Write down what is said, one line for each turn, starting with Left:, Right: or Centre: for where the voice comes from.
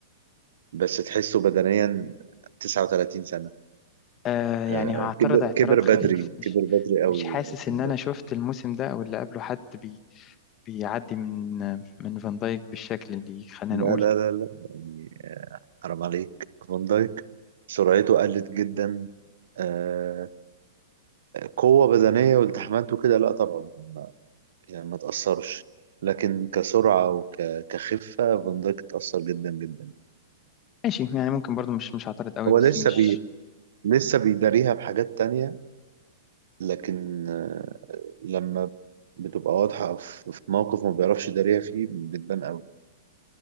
Right: بس تحسه بدنيا 39 سنه
Left: آه يعني
Right: آه،
Left: هعترض
Right: كبر
Left: اعتراض
Right: كبر
Left: خفيف
Right: بدري
Left: مش
Right: كبر بدري قوي
Left: مش حاسس ان
Right: فان
Left: انا
Right: دايك
Left: شفت الموسم ده او اللي قبله حد بي بيعدي من من فان دايك بالشكل اللي خلينا
Right: لا
Left: نقول
Right: لا لا لا يعني حرام عليك فان دايك سرعته قلت جدا آه، قوه بدنيه والتحامات وكده لا طبعا يعني ما تأثرش لكن كسرعة وكخفة فان دايك اتأثر جدا جدا
Left: ماشي يعني ممكن برضو مش مش هعترض قوي
Right: هو
Left: بس
Right: لسه
Left: مش
Right: بي لسه بيداريها بحاجات تانية لكن آه، لما بتبقى واضحة في في موقف ما بيعرفش يداريها فيه بتبان قوي